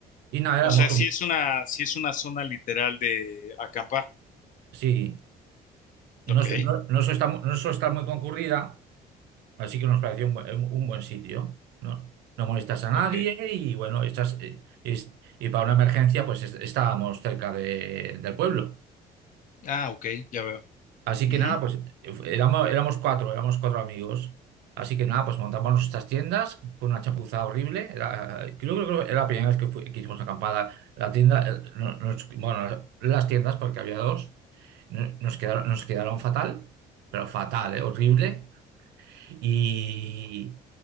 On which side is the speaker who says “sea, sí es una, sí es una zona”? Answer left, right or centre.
Left